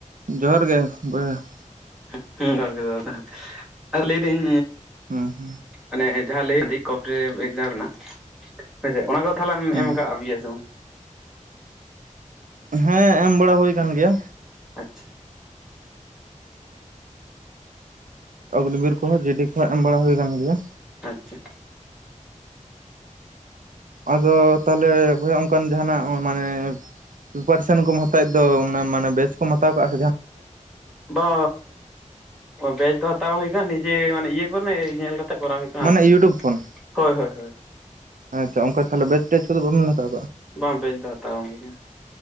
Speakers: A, on the right; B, in the centre.
A: ᱦᱮᱸ ᱡᱚᱦᱟᱨ ᱜᱮ ᱵᱚᱭᱦᱟ <unintelligible>
B: <unintelligible> ᱟᱨ ᱞᱟᱹᱭ ᱫᱟᱹᱧ
A: ᱦᱮᱸ
B: ᱢᱟᱱᱮ ᱡᱟᱦᱟᱸ ᱞᱟᱹᱭ ᱤᱫᱟᱹᱧ ᱠᱚᱢᱯᱮᱴᱮᱴᱤᱯ ᱮᱠᱡᱟᱢ ᱨᱮᱱᱟᱜ ᱦᱮᱸᱥᱮ ᱚᱱᱟ ᱠᱚ ᱛᱟᱦᱚᱞᱮᱢ
A: ᱦᱮᱸ
B: ᱮᱢ ᱟᱠᱟᱫ ᱥᱮ ᱵᱟᱝ
A: ᱦᱮᱸ ᱮᱢ ᱵᱟᱲᱟ ᱦᱩᱭ ᱟᱠᱟᱱ ᱜᱮᱭᱟ᱾
B: ᱟᱪᱪᱷᱟ
A: ᱚᱜᱱᱤᱵᱤᱨ ᱠᱚᱦᱚᱸ ᱡᱤᱰᱤ ᱠᱚᱦᱚᱸ ᱮᱢ ᱵᱟᱲᱟ ᱦᱩᱭ ᱟᱠᱟᱱ ᱜᱮᱭᱟ᱾
B: ᱟᱪᱪᱷᱟ
A: ᱟᱫᱚ ᱛᱟᱦᱞᱮ ᱵᱚᱭᱦᱟ ᱚᱱᱠᱟᱱ ᱡᱟᱦᱟᱱᱟᱜ ᱢᱟᱱᱮ ᱯᱤᱯᱟᱨᱥᱮᱱ ᱠᱚᱢ ᱦᱟᱛᱟᱣᱮᱫ ᱫᱚ ᱚᱱᱟ ᱢᱟᱱᱮ ᱵᱮᱪ ᱠᱚᱢ ᱦᱟᱛᱟᱣ ᱠᱟᱜ-ᱟ?
B: ᱵᱟ ᱵᱮᱪ ᱫᱚ ᱦᱟᱛᱟᱣ ᱵᱟᱝ ᱦᱩᱭ ᱠᱟᱱᱟ ᱱᱤᱡᱮ ᱢᱟᱱᱮ ᱤᱭᱟᱹ ᱠᱚᱨᱮᱱᱟᱜ ᱧᱮᱞ ᱠᱟᱛᱮ ᱠᱚᱨᱟᱣ ᱦᱩᱭᱩᱜ ᱠᱟᱱᱟ
A: ᱢᱟᱱᱮ
B: ᱟᱨᱠᱤ
A: ᱤᱭᱩᱴᱩᱵᱽ ᱠᱷᱚᱱ
B: ᱦᱳᱭ ᱦᱳᱭ
A: ᱟᱪ ᱚᱱᱠᱟ ᱛᱟᱦᱚᱞᱮ ᱵᱮᱪ ᱛᱮᱡ ᱠᱚᱫᱚ ᱵᱟᱵᱮᱱ ᱦᱟᱛᱟᱣ
B: ᱵᱟᱝ ᱵᱮᱥ ᱫᱚ ᱦᱟᱛᱟᱣ ᱵᱟᱝ ᱦᱩᱭ ᱟᱠᱟᱱ